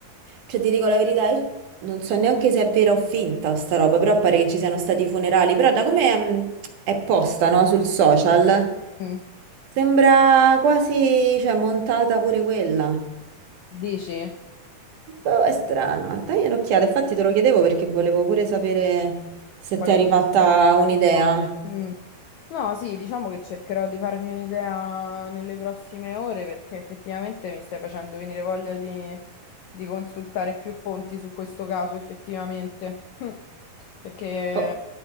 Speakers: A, on the right; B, on the left.
A: Cioè, ti dico la verità, io non so neanche se è vera o finta sta roba, però pare che ci siano stati i funerali. Però da come mm, è posta, no, sul social,
B: Mm.
A: sembra quasi, cioè, montata pure quella.
B: Dici?
A: Boh, è strana. Dai un'occhiata. Infatti te lo chiedevo perché volevo pure sapere se
B: Quale
A: ti eri
B: fosse
A: fatta
B: la tua
A: un'idea.
B: opinione? Mm. No, sì, diciamo che cercherò di farmi un'idea nelle prossime ore perché effettivamente mi stai facendo venire voglia di, di consultare più fonti su questo caso, effettivamente. <laughs> Mm. Perché eh,
A: Oh,